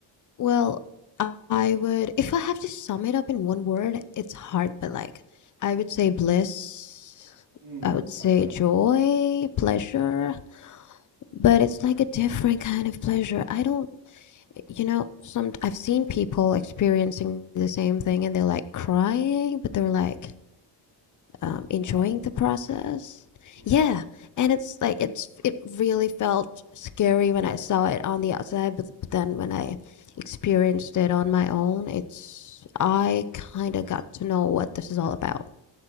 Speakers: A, on the left; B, on the right.
A: Well, I I would, if I have to sum it up in one word, it's hard, but like, I would say bliss.
B: Mm,
A: I would say
B: okay.
A: joy, pleasure,
B: Mm,
A: but it's like a different kind of pleasure. I don't, you know, some I've seen people experiencing the same thing and they're like crying, but they're like, um, enjoying
B: wow.
A: the process.
B: Yeah.
A: Yeah, and it's like it's it really felt scary when I saw it on the outside, but, but then when I experienced it on my own, it's I kind of got to know what this is all about,